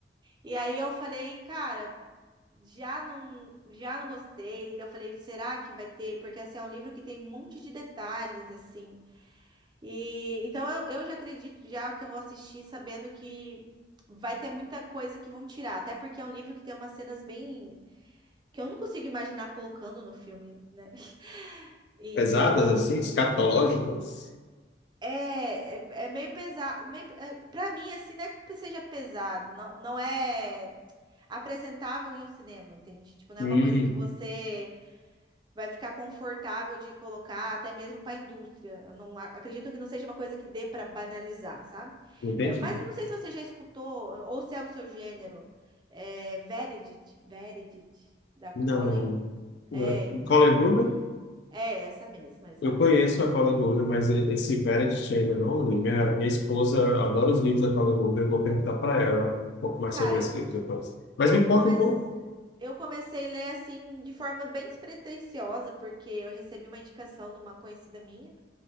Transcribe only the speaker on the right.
E aí eu falei, cara, já não, já não gostei. Eu falei, será que vai ter? Porque assim, é um livro que tem um monte de detalhes, assim. E então eu, eu já acredito já que eu vou assistir sabendo que vai ter muita coisa que vão tirar, até porque é um livro que tem umas cenas bem que eu não consigo imaginar colocando no filme, né? <laughs> Então,
É, é, é meio pesado, meio, é, pra mim, assim, não é que seja pesado, não, não é apresentável em um cinema, entende? Tipo, não
é uma coisa que você vai ficar confortável de colocar, até mesmo pra indústria. Eu não a- acredito que não seja uma coisa que dê pra banalizar, sabe?
É, mas eu não sei se você já escutou, ou se é o seu gênero, é, Verity, Verity, da Colin.
É, então,
é essa mesma, exatamente.
Cara,
Eu
comecei,
eu comecei a ler assim de forma bem despretensiosa, porque eu recebi uma indicação de uma conhecida minha.